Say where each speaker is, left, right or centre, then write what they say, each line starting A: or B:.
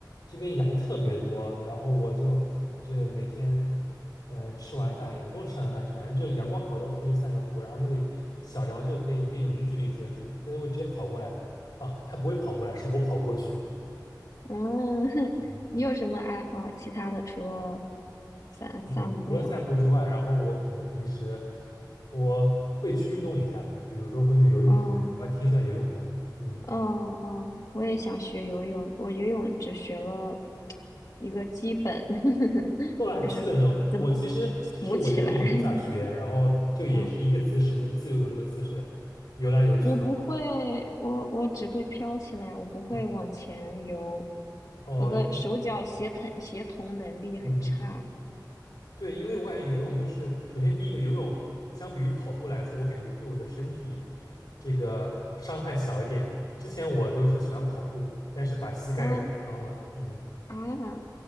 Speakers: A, on the left; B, on the left.
A: 这边羊特别多，然后我就就每天呃吃完饭也不用吃完饭，反正就阳光好的时候出去散个步，然后那个小羊就可以你可以零距离接触，它就会直接跑过来。哦，它不会跑过来，是我跑过去。
B: 嗯，<laughs>
A: 嗯，
B: 你有什么爱好？其他的除了散散步？
A: 呃除了散步之外，然后我可能平时我会去运动一下，比如说会去游泳之类的，
B: 哦
A: 我还挺喜欢游泳的。嗯。
B: 哦哦，我也想学游泳，我游泳只学了一个基本，<laughs>
A: 够啦，基本的。
B: 就是怎么
A: 我其实其实我游泳也没咋学，
B: 浮起来。<laughs>
A: 然后就也是一个姿势，
B: 嗯，
A: 那个自由泳那个姿势，游来游去的。
B: 我不会，我我只会飘起来，我不会往前游，
A: 嗯，哦，
B: 我的手脚协同协同能力很差。
A: 嗯，嗯对，因为我感觉游泳就是，首先第一个游泳相比于跑步来说，我感觉对我的身体这个伤害小一点。之前我都是喜欢跑步，但是把膝盖给跑伤了。
B: 嗯
A: 嗯，
B: 啊，